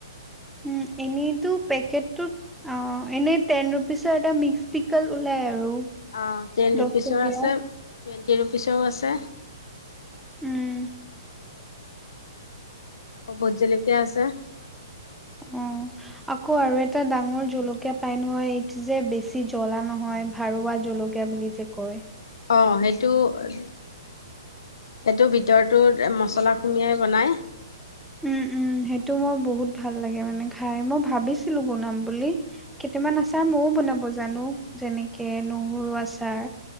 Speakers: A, in the centre; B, on the left.
A: উম এনেইতো পেকেটটোত অ এনেই টেন ৰুপিচৰ এটা মিক্স পিকল ওলাই আৰু।
B: অ টেন
A: দহ
B: ৰুপিচৰ
A: টকীয়া
B: আছে টুৱেণ্টি ৰুপিচৰো আছে।
A: উম।
B: কো ভুট জলকীয়া আছে <inaudible>
A: অ'। আকৌ আৰু এটা ডাঙৰ পাই নহ'য় এইটো যে জ্বলা নহয় ভাৰুৱা জল কীয়া বুলি যে কয়
B: অঁ সেইটো সেইটো ভিতৰটো মছলা সুমিয়াই বনায়
A: উম উম সেইটো মই বহুত ভাল লাগে মানে খাই মই ভাবিছিলো বনাম বুলি কেইটামান
B: উম
A: আচাৰ মযও বনাব জানো, যেনেকে নহৰু আচাৰ